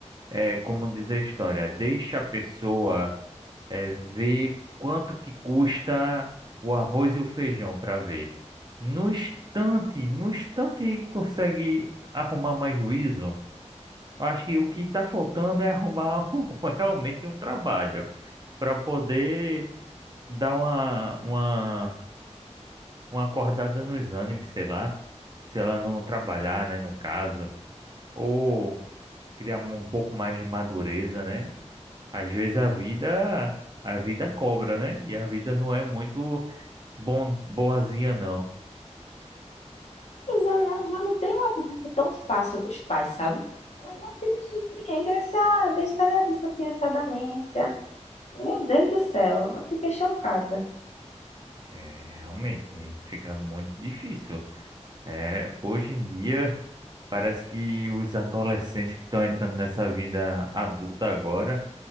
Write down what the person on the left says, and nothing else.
Mas aí ela já não tem uma vida assim tão fácil com os pais, sabe? Aí é que me surpreende essa besteira disso, assim, essa demência. Meu Deus do céu, eu fiquei chocada.